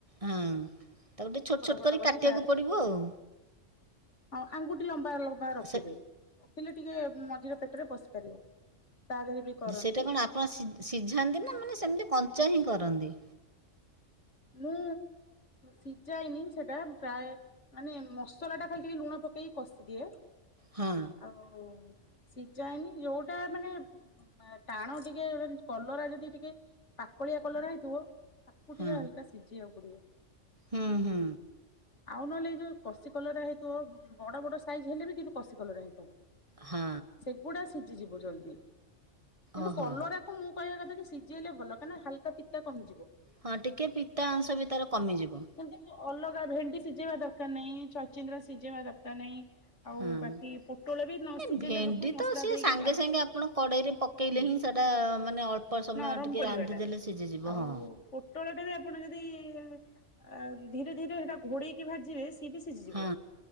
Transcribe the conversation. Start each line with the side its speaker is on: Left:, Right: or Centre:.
Right: ହଁ ତାକୁ ଟିକେ ଛୋଟ ଛୋଟ
Left: ଖଣ୍ଡ
Right: କରି କାଟିବାକୁ
Left: ତା
Right: ପଡିବ ଆଉ।
Left: ହଁ ଆଙ୍ଗୁଠି ଲମ୍ବା ଲମ୍ବା ରଖିବେ।
Right: ସେ
Left: ରଖିଲେ ଟିକେ ମଝିରେ ପେଟରେ ପସି ପାରିବ। ତା ଦେହରେ ବି କରନ୍ତି
Right: ସେଟା କଣ ଆପଣ ସି ସିଝାନ୍ତି ନା ମାନେ ସେମିତି କଞ୍ଚା ହିଁ କରନ୍ତି।
Left: ମୁଁ ସିଝାଏନି ସେଟା। ପ୍ରାୟ ମାନେ ମସଲା ଟା ଖାଲି ଟିକେ ଲୁଣ ପକେଇକି କଷିଦିଏ।
Right: ହଁ
Left: ଆଉଁ। ସିଝାଏନି ଯଉଟା ମାନେ ଏ ଟାଣ ଟିକେ କଲରା ଯଦି ଟିକେ ପାକଳିଆ କଲରା ହେଇଥିବ। ତାକୁ
Right: ହଁ
Left: ଟିକେ ହା ସିଜି ବାକୁ ପଡିିବ।
Right: ହୁଁ ହୁଁ।
Left: ଆଉ ନହେଲେ ଏଇ ଯୋଉ କଷି କଲରା ହେଇଥିବ, ବଡ ବଡ ସାଇଜ୍ ହେଲେ ବି କିନ୍ତୁ କଷି କଲରା ହେଇଥିବ।
Right: ହଁ
Left: ସେଗୁଡା ଶି ସିଜିଜିବ ଜଲଦି। କିନ୍ତୁ
Right: ଓହୋ।
Left: କଲରାକୁ ମୁଁ କହିବା କଥା ଶିଘ୍ ସିଜିଗଲେ ଭଲ କାଁଇକି ନା ହାଲକା ପିତା କମିଯିବ।
Right: ହଁ ଟିକେ ପିତା ଅଂଶ ବି ତାର କମିଯିବ।
Left: କିନ୍ତୁ ଅଲଗା ଭେଣ୍ଡି ସିଝେଇବା ଦରକାର ନାହିଁ ଛଇଚିନ୍ଦ୍ରା ସିଝେଇବା ଦରକାର ନାହିଁ। ଆଉ
Right: ହଁ
Left: ବାକି ପୋଟଳ ବି ନ ସିଝେଇଲେ
Right: ଭେଣ୍ଡି
Left: ହବ ମସଲା
Right: ତ ସିଏ
Left: ଦେଇକି
Right: ସାଙ୍ଗେ ସାଙ୍ଗେ ଆପଣ କଡେଇରେ ପକେଇଲେ
Left: ହୁଁ
Right: ହିଁ ସେଟା ମାନେ ଅଳ୍ପ ସମୟ
Left: ନରମ
Right: ଟିକେ
Left: ପରିବା
Right: ରାନ୍ଧିଦେଲେ
Left: ଟା
Right: ସିଝିଯିବ
Left: ଆଉ
Right: ହଁ।
Left: ପୋଟଳ ଟା ବି ଆପଣ ଧୀରେ ଧୀରେ ସେଟା ଘୋଡେଇକି ଭାଜିବେ ସେ ଇଏବି ସିଝିଯିବ
Right: ହଁ